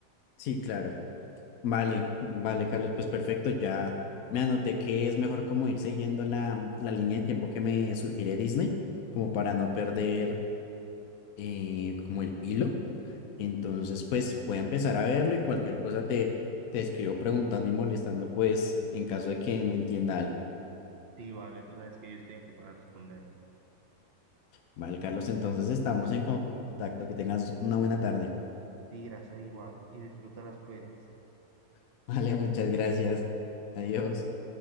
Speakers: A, on the left (about 65°); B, on the right (about 45°).
A: Sí, claro. Vale, vale, Carlos, pues perfecto, ya me anoté que es mejor como ir siguiendo la, la línea de tiempo que me sugiere Disney, como para no perder eh, como el hilo. Entonces, pues voy a empezar a verlo y cualquier cosa te, te escribo preguntando y molestando, pues en caso de que no entienda algo.
B: Sí, vale, tú sabes que yo estoy aquí para responder.
A: Vale, Carlos, entonces estamos en contacto. Que tengas una buena tarde.
B: Sí, gracias, igual, y disfruta las pelis.
A: <laughs> Vale, muchas gracias. Adiós.
B: Adiós.